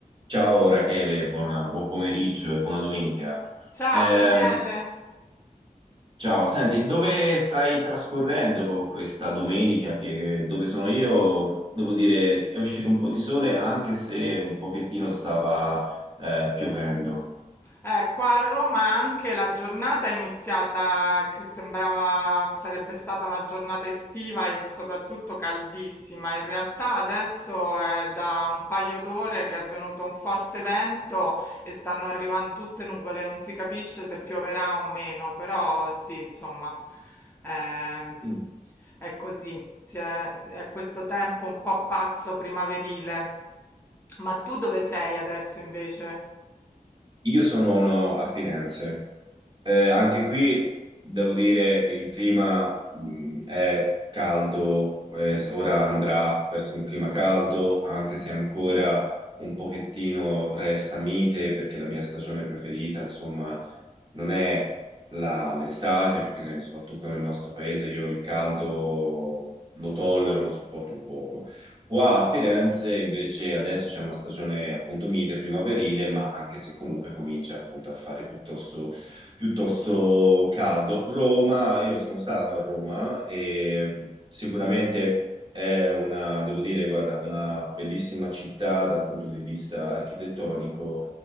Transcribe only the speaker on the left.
Ciao
Daniele,
eh, qua a Roma anche la giornata è iniziata che sembrava sarebbe stata una giornata estiva e soprattutto caldissima. In realtà adesso è da un paio d'ore che è venuto un forte vento e stanno arrivando tutte nuvole, non si capisce se pioverà o meno, però sì, insomma, ehm,
è così, si è è questo tempo un po' pazzo primaverile. Ma tu dove sei adesso invece?